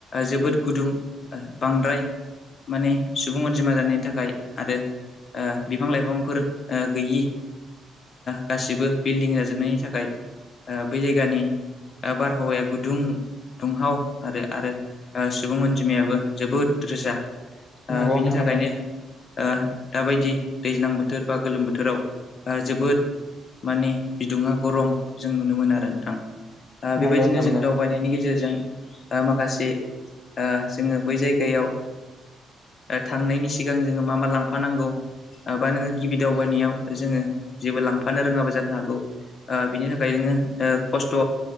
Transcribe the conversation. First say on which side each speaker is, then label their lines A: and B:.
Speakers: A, on the left; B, on the left.
A: जोबोद गुदुं बांद्राय माने सुबुं अनजिमा जानायनि थाखाय आरो बिफां लाइफांफोर ओ गैयि गासिबो बिल्डिं जाजोबनायनि थाखाय बै जायगानि बारहावाया गुदुं दुंहाव आरो आरो सुबुं अनजिमायाबो जोबोद रोजा। ओ
B: नंगौ
A: बिनि
B: नोंथां
A: थाखायनो।
B: नंगौ
A: ओ दाबायदि दैज्लां बोथोर बा गोलोम बोथोराव जोबोद माने बिदुुङा गरम जों नुनो मोनो आरो नोंथां। आ
B: औ
A: बेबायदिनो
B: नंगौ नोंथां नंगौ नोंथां नंगौ
A: जोङो दावबायनायनि गेजेरजों आ माखासे ओ जोङो बै जायगायाव ओ ओ थांनायनि सिगां जोङो मा मा लांफानांगौ? ओ बा नोङो गिबि दावबायनायाव जोङो जेबो लांफानो रोङाबो जानो हागौ। ओ बिनि थाखाय नोङो खस्थ'